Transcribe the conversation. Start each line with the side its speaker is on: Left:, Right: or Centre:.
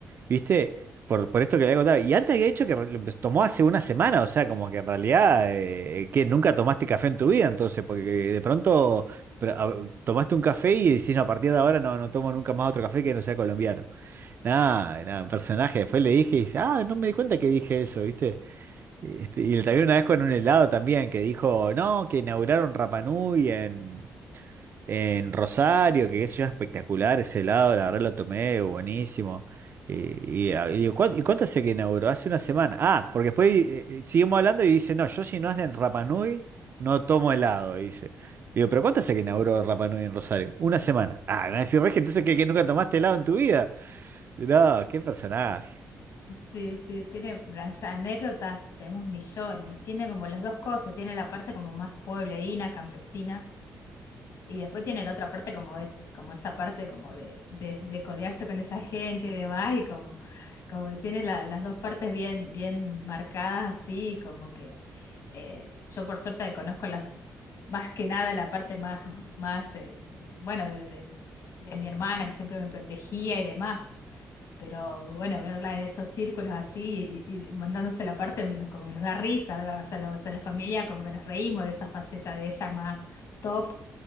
Right: ¿Viste? Por, por esto que le había contado. Y antes había dicho que lo empe- tomó hace una semana, o sea, como que en realidad, eh, que nunca tomaste café en tu vida, entonces, porque de pronto pero, a- tomaste un café y decís, no, a partir de ahora no, no tomo nunca más otro café que no sea colombiano. Nada, nada, un personaje. Después le dije y dice, ah, no me di cuenta que dije eso, ¿viste? Este, y le también una vez con un helado también, que dijo, no, que inauguraron Rapa Nui en, en Rosario, que qué sé yo, espectacular ese helado, la verdad lo tomé, buenísimo. Y, y- ah, y digo, "¿Cuán- ¿y cuánto hace que inauguró? Hace una semana. Ah, porque después eh, eh, seguimos hablando y dice, no, yo si no es de Rapa Nui, no tomo helado, dice. Digo, pero ¿cuánto hace que inauguró Rapa Nui en Rosario? Una semana. Ah, me va a decir, Regi, entonces ¿qué, que, nunca tomaste helado en tu vida. No, qué personaje.
Left: Sí, sí, tiene las anécdotas, tenemos millones, y tiene como las dos cosas, tiene la parte como más pueblerina, campesina, y después tiene la otra parte como es, como esa parte como de, de, de codearse con esa gente y demás, y como, como que tiene la- las dos partes bien, bien marcadas así, y como que eh, yo por suerte conozco las, más que nada la parte más, más eh, bueno, de, de, de mi hermana que siempre me protegía y demás pero bueno, verla en esos círculos así y, y mandándose la parte menos como que nos da risa, ¿verdad? o sea, la, o sea, la familia como que nos reímos de esa faceta de ella más top,